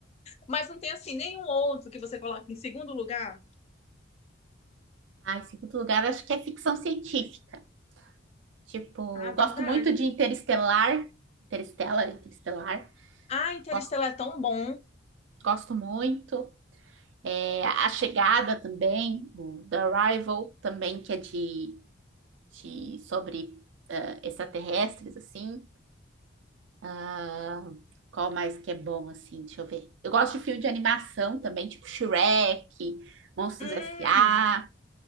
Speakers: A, on the left; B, on the right.
A: Mas não tem assim nenhum outro que você coloque em segundo lugar?
B: Ah, em segundo lugar, acho que é ficção científica. Tipo,
A: Ah,
B: gosto
A: verdade.
B: muito de Interestelar. Interestela, Interestelar.
A: Ah, Interestelar
B: Gosto,
A: é tão bom.
B: gosto muito. É, A Chegada também, o The Arrival também, que é de, de- sobre ah, extraterrestres, assim. Ah, qual mais que é bom, assim? Deixa eu ver. Eu gosto de filme de animação também, tipo Shrek, Monstros
A: Hum,
B: S A